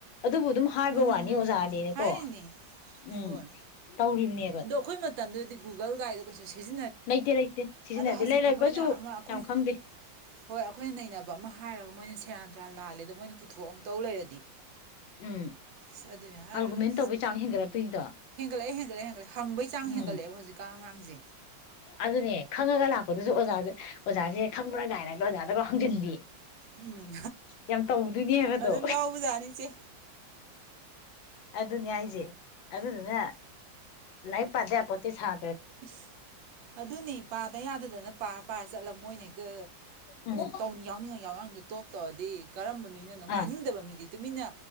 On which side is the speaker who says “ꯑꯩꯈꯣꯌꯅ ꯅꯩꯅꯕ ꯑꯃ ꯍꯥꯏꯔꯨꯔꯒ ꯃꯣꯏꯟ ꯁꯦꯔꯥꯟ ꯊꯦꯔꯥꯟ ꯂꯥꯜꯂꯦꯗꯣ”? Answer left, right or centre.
Right